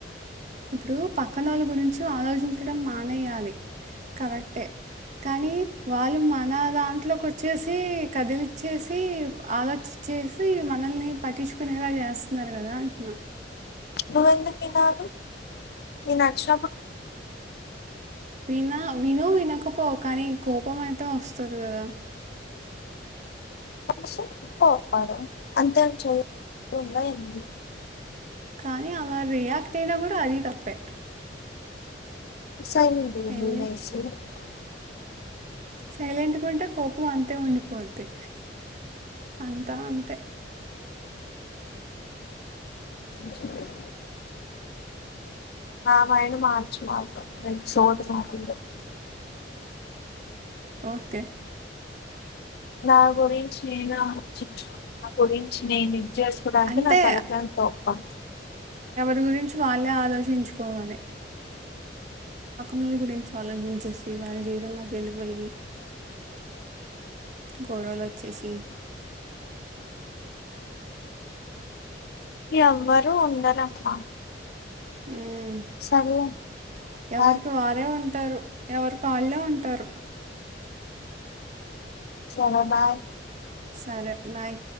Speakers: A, on the right; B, on the left.
A: ఇప్పుడు పక్కనోళ్ళ గురించి ఆలోచించడం మానేయ్యాలి కరెక్టే కనీ వాళ్ళు మన దాంట్లోకోచ్చేసి కదిలిచ్చేసి ఆలోచ్ చేసి మనల్ని పట్టిచ్చుకునేలా జేస్తున్నారు గదా అంటున్నా
B: నువ్వెందుకినాలి నీక్ నచ్చినప్పుడ్
A: వినా విను వినకపో కనీ కోపమయితే ఒస్తది గదా
B: కోపమొస్తే కొప్పడు అంతేం చేయ ఉందా ఏంది
A: కనీ అలా రియాక్ట్ అయినా గూడా అదీ తప్పే
B: సైలెంటుగుండు
A: ఏం
B: <unintelligible>
A: సైలెంట్ గుంటే కోపం అంతే ఉండిపోద్ది అంతా అంతే
B: ీ ఆ మైండ్ మార్చు నాకు <unintelligible>
A: ఓకె
B: నా గురించి నేను చించు నా గురించి నేను చేసుకోడానికె
A: అంతే
B: నా తల ప్రాణం తొక్కొత్
A: రి గురించి వాళ్ళే ఆలోచించుకోవాలి నీ గురించి ఆలోచించేసి వాళ్ జీవిత్ తంల కెళ్ళి పోయి గొడవలొచ్చేసి
B: ఎవ్వరూ ఉండరట్లా
A: ఉమ్
B: సర్లే
A: ఎవరికి
B: బాయ్
A: వారే ఉన్ టరు ఎవరుకాళ్ళే ఉంటారు
B: సరే బాయ్
A: సరే బాయ్